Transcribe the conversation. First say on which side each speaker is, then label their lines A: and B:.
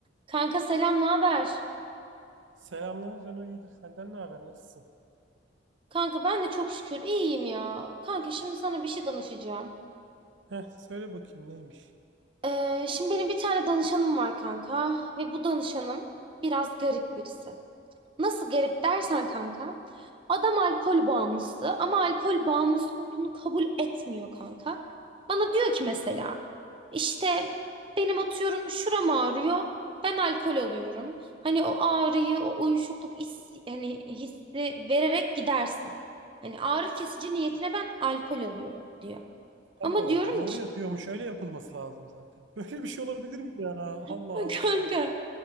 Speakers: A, on the right (about 25°); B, on the right (about 75°).
A: Kanka selam, ne haber?
B: Selamlar Cano iyidir. Senden ne haber? Nasılsın?
A: Kanka ben de çok şükür iyiyim ya. Kanka şimdi sana bir şey danışacağım.
B: Heh, söyle bakayım neymiş?
A: Ee, şimdi benim bir tane danışanım var kanka ve bu danışanım biraz garip birisi. Nasıl garip dersen kanka. Adam alkol bağımlısı ama alkol bağımlısı olduğunu kabul etmiyor kanka. Bana diyor ki mesela işte benim atıyorum şuram ağrıyor. Ben alkol alıyorum. Hani o ağrıyı, o uyuşukluk hissi, hani hissi vererek gidersin. Hani ağrı kesici niyetine ben alkol alıyorum diyor.
B: Allah
A: Ama
B: Allah.
A: diyorum
B: Doğru
A: ki
B: yapıyormuş. Öyle yapılması lazım zaten. <laughs> Böyle bir şey olabilir mi ya? Allah
A: <laughs>
B: Allah.
A: Kanka